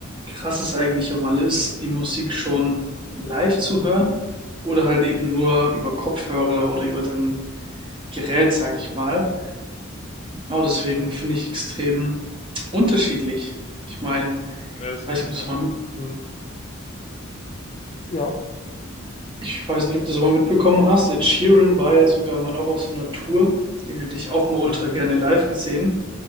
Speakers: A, on the right; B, on the left.
A: krass es eigentlich auch mal ist, die Musik schon live zu hören oder halt eben nur über Kopfhörer oder über den gerät, sage ich mal. Genau deswegen finde ich extrem unterschiedlich. Ich meine,
B: Das
A: ich
B: ist
A: weiß
B: ein,
A: nicht, ob du das mal,
B: ist ein ja.
A: ich weiß nicht, ob du das mal mitbekommen hast. Ed Sheeran war ja sogar mal auch auf so einer Tour. Den hätte ich auch mal ultra
B: Mhm.
A: gerne live gesehen.